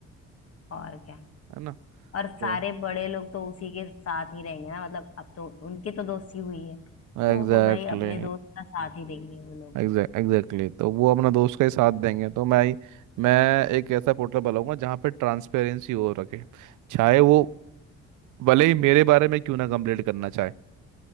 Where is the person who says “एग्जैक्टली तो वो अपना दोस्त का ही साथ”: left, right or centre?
Right